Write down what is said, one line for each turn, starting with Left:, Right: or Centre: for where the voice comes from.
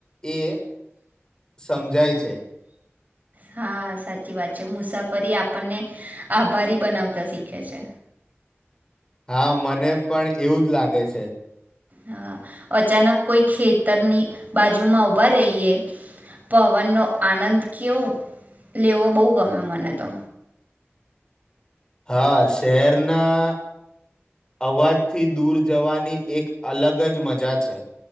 Left: એ સમજાય છે.
Right: હા. સાચી વાત છે મુસાફરી આપ આપને આભારી બનાવતા શીખે છે.
Left: હા, મને પણ એવું જ લાગે છે.
Right: હા, અચાનક કોઈ ખેત તરની બાજુમાં ઊભા રહીએ પવનનો આનંદ કેવું લેવો બહુ ગમે મને તો.
Left: હા, શહેરના અવાજથી દૂર જવાની એક અલગ જ મજા છે.